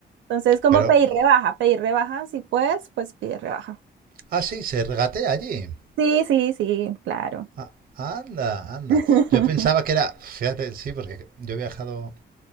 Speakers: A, on the right; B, on the right.
A: Entonces, como
B: Pero,
A: pedir rebaja, pedir rebaja, si puedes, pues pide rebaja.
B: ah, sí, se regatea allí.
A: Sí, sí, sí, claro.
B: Ah, anda, anda.
A: <laughs>
B: Yo pensaba que era, fíjate, sí, porque yo he viajado